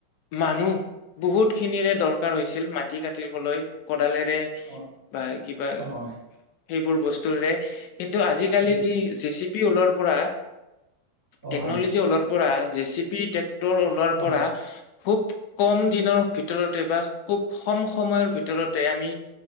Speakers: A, on the left; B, on the right.
A: মানুহ বহুত খিনিৰে দৰকাৰ হৈছিল মাটি কাটিবলৈ। কোদালেৰে
B: অ
A: বা কিবা
B: অ হয়
A: সেইবোৰ বস্তুৰে কিন্তু আজিকালি
B: উম
A: কি জে চি পি ওলোৱাৰ পৰা
B: অ
A: টেকনলজি
B: হয়।
A: লৰ <unintelligible> পৰা জে চি পি টেক্টৰ ওলোৱাৰ
B: অ
A: পৰা খুব কম দিনৰ ভিতৰতে বা খুব কম সময়ৰ ভিতৰতে আমি